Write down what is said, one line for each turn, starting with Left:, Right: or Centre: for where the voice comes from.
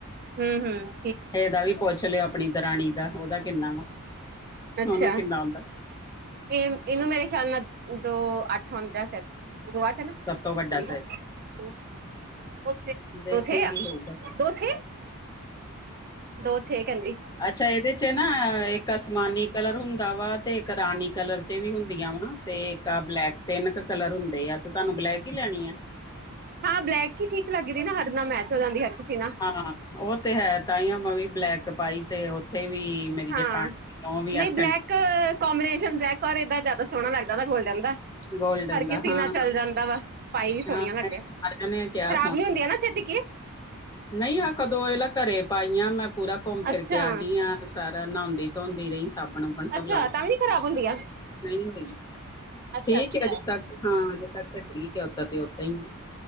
Right: ਹੂੰ, ਹੂੰ।
Left: ਇਹਦਾ ਵੀ ਪੁੱਛ ਲਿਓ ਆਪਣੀ ਦਰਾਣੀ ਦਾ, ਉਹਦਾ ਕਿੰਨਾ ਵਾ,
Right: ਅੱਛਾ।
Left: ਉਹਨੂੰ ਕਿੰਨਾ ਆਂਦਾ।
Right: ਇਹ ਇਹਨੂੰ ਮੇਰੇ ਖਿਆਲ ਨਾਲ ਦੋ ਅੱਠ ਆਉਂਦਾ ਸ਼ਾਇਦ ਦੋ ਅੱਠ ਨਾ। ਕੁੜੀ
Left: ਸਭ ਤੋਂ ਵੱਡਾ ਸਾਈਜ਼
Right: ਨਾਲ ਦੋ ਦੋ ਛੇ,
Left: ਦੇਖੂਗੀ
Right: ਦੋ ਛੇ
Left: ਹੋਊਗਾ ਤੇ
Right: ਦੋ ਛੇ ਦੋ ਛੇ ਕਹਿੰਦੀ।
Left: ਅੱਛਾ ਇਹਦੇ 'ਚ ਨਾ ਇੱਕ ਅਸਮਾਨੀ ਕਲਰ ਹੁੰਦਾ ਵਾ ਤੇ ਇੱਕ ਰਾਣੀ ਕਲਰ 'ਚ ਵੀ ਹੁੰਦੀਆਂ ਵਾ ਤੇ ਇੱਕ ਬਲੈਕ ਤਿੰਨ ਕ ਕਲਰ ਹੁੰਦੇ ਆ ਤੇ ਤੁਹਾਨੂੰ ਬਲੈਕ ਹੀ ਲੈਣੀਆ।
Right: ਹਾਂ ਬਲੈਕ ਹੀ ਠੀਕ ਲਗਦੀ ਨਾ ਹਰ ਨਾਲ ਮੈਚ ਹੋ ਜਾਂਦੀ ਹਰ ਕਿਸੀ ਨਾਲ।
Left: ਹਾਂ ਓ ਤੇ ਹੈ ਤਾਂਈਂਓ ਮੈਂ ਵੀ ਬਲੈਕ ਪਾਈ ਤੇ ਓਥੇ ਵੀ ਮੇਰੀ
Right: ਹਾਂ
Left: ਜੇਠਾਣੀ ਉਹ ਵੀ ਆਖਣ
Right: ਨਈ ਬਲੈਕ ਕਬੀਨੇਸ਼ਨ ਬਲੈਕ ਔਰ ਏਦਾਂ ਜਾਦਾ ਸੋਣਾ ਲੱਗਦਾ ਵਾ ਗੋਲਡਨ ਦਾ
Left: ਗੋਲਡਨ
Right: ਹਰ
Left: ਦਾ
Right: ਕਿਸੀ
Left: ਹਾਂ
Right: ਨਾਲ ਚੱਲ ਜਾਂਦਾ ਵਾ, ਪਾਈ ਵੀ ਸੋਣੀਆਂ
Left: ਹਾਂ ਸਾਰਿਆਂ
Right: ਲੱਗਦੀਆ। ਖ਼ਰਾਬ
Left: ਨੇ ਕਿਹਾ
Right: ਨੀ ਹੁੰਦੀਆਂ ਨਾ ਛੇਤੀ ਕੇ।
Left: ਨਈ ਆ ਕਦੋਂ ਏਲਾ ਘਰੇ ਪਾਈਆਂ ਮੈਂ ਪੂਰਾ ਘੁੰਮ ਫਿਰ
Right: ਅੱਛਾ
Left: ਕੇ ਆ ਗਈ ਆਂ। ਸਾਰਾ ਨਉਂਦੀ ਧੋਂਦੀ ਰ‌ਈਂ, ਸਾਬਣ ਉਬਣ ਸਭ
Right: ਅੱਛਾ
Left: ਲੱਗਦਾ‌।
Right: ਤਾਂ ਵੀ ਨੀ ਖ਼ਰਾਬ ਹੁੰਦੀਆਂ
Left: ਨਈ ਹੋਈ-
Right: ਅੱਛਾ
Left: ਠੀਕ
Right: ਅੱਛਾ
Left: ਏ ਅਜੇ ਤੱਕ ਹਾਂ ਅਜੇ ਤੱਕ ਤੇ ਠੀਕ ਐ ਓਦਾ ਦੀ ਓਦਾ ਅਈਂ ਏ।